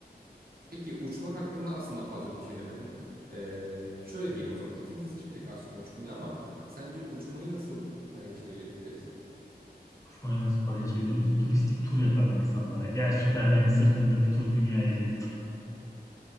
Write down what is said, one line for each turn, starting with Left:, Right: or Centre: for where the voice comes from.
Right: Peki uçmak hakkında aslında fazla bir şey demedin. Ee, şöyle diyelim o zaman. İkimiz de seçmedik aslında uçmayı ama sence uçmayı nasıl paraya çevirebiliriz?
Left: Kuşmaya nasıl parayı çeviriyoruz? Turistik tur yaparım insanlara. Gel Süpermen'in sırtında bir tur dünyayı gezdik.